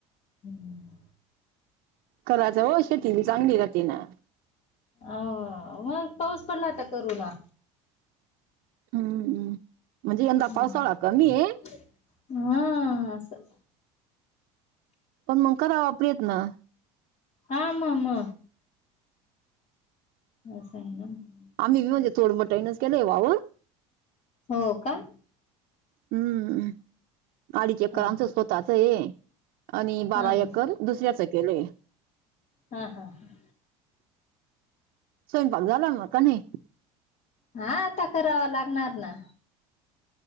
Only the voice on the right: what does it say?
कराच वो शेती बी चांगली राहती ना.
हम्म हम्म. म्हणजे यंदा
पावसाळा कमी आहे
पण मगं करावा प्रयत्न.
आम्ही बी म्हणजे थोड बटाईनच केलंय वावर.
हम्म आडीच एकर
आमच
स्वतःचय आणि बारा
एकर दुसऱ्याचं केलंय.
स्वयंपाक झाला म का नई?